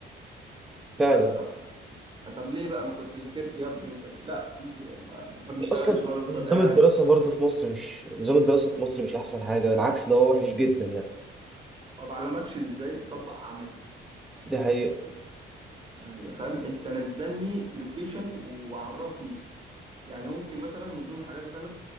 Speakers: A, in the centre; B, on the right.
A: فعلا
B: فطب طب ليه بقى ما كنت ذاكرت يا ابني ومش عارف إيه؟ لا يجي ما, ما بيشتغلش
A: اصلا
B: بقى يفضل
A: نظام
B: قاعد
A: الدراسه
B: وبتاع
A: برضه في مصر مش نظام الدراسه في مصر مش احسن حاجه بالعكس ده هو وحش جدا يعني
B: ما بعلمكش ازاي تطبق عملي
A: دي حقيقه
B: يعني فاهم انت نزلني لوكيشن وعرفني يعني ممكن مثلا من ضمن الحاجات مثلا